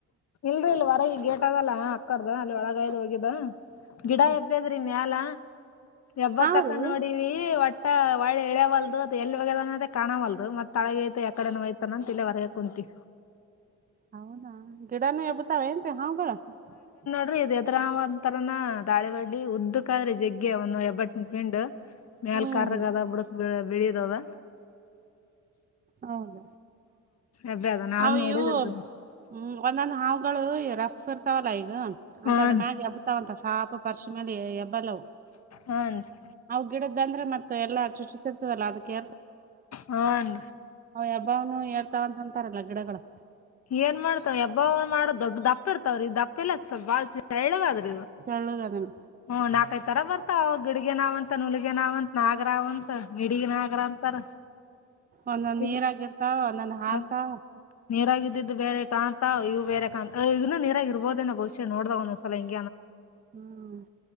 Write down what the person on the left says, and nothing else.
ಇಲ್ರರಿ ಇಲ್ ಹೊರಗ ಗೇಟದಲ್ಲ ಅಕ್ಕರ್ದ ಅಲ್ಲಿ ಒಳಗಾಯ್ದ್ ಹೋಗಿದ್ದ
ಗಿಡ ಹೆಬ್ಬದ್ರಿ ಮ್ಯಾಲ ಎಬ್ಬ
ತಕ ನೋಡಿವ ಒಟ್ಟ ಮ ಒಳ್ಳೆ ಇಳ್ಯವಲ್ದು ಅ ಎಲ್ಲಿ ಒೋಗ್ಯದ ಕಾಣವಲ್ದು ಮತ್ತ ತಳಗ ಯ ಯಕಡೆ ಯಐತಾನ ಅಂತ ತಿಲ್ಲಿಯ ಹೊರಗ ಕುಂತಿ
ೀ ಇ ಎದರಾವ ತರನ ದಾಳಿ ಬಡ್ಡಿ ಉದ್ದಕ ಆದ್ರಿ ಜಗ್ಗೆ ಒಂದು ಎಬ್ಬಟ್ಟ ಪಿಂಡ್ ಮೇಲ್
ಕಗದ ಬಿಡಕ್ಳ ಬೆಳಿಯದದ
ಎಬ್ಬ್ಯಾದ ನಾನ್
ನೋಡಿದಿಲ್ರಿ
ಹಾನ್ರಿ
ಹಾನ್ರಿ
ಹನ್
ಏನ್ ಮಾಡ್ತಾವ ಎಬ್ಬಾವ್ರು ಮಾಡೋ ದೊಡ್ಡ ದಪ್ಪ ಇರ್ತವ್ರ ಈ ದಪ್ಪ ಎಲ್ಲಾ ಸ್ವ ಬಾದ್ರ
ಹ್ಮ ನಾಲ್ಕೈ ತರ ಬತ್ತಾವ ಗಿಡಿಗೆ ನಾವ್ ಅಂತ ನುಲಗ ನಾವ್ಂತ ನಾಗರಾವ್ಂತ ಮಿಡಗ್ ನಾಗರ ಅಂತಾರ
ಇದ್
ಒಂದ್ ನೀರಾಗ್ ಇದ್ದಿದ್ ಬೇರೆ ಕಾಂತ ಇವು ಬೇರೆ ಕಾಂತ ಇದನ್ನ ನೀರಾಗಿ ಇರ್ಬೋದೇಏೋ ಭವಿಷ್ಯ ನೋಡ್ದಾಗ ಒಂದ್ಲ ಹಿಂ